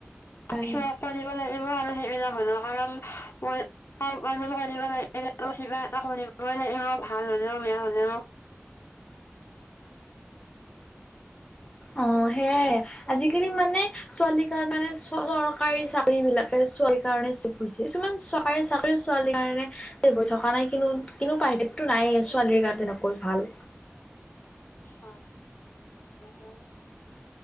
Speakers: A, on the left; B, on the left.
A: নাই
B: চ দিব লাগিবই আৰু সেইবিলাক হ'লেও কাৰণ মই <unintelligible> কিবা এটা কৰিবই লাগিব, ভাল হ'লেও, বেয়া হ'লেও
A: অ', সেয়াই আজিকালি মানে ছোৱালীৰ কাৰ মে চ চৰকাৰী চাকৰি বিলাকে ছোৱালীৰ কাৰণে চেভ হৈছে কিছুমান চৰকাৰী চাকৰি ছোৱালীৰ কাৰণে চেভ হৈ থকা নাই কিন্তু কিন্তু প্ৰাইভেটো নাই ছোৱালীৰ কাৰণে তেনেকৈ ভাল।
B: হয় নহয়।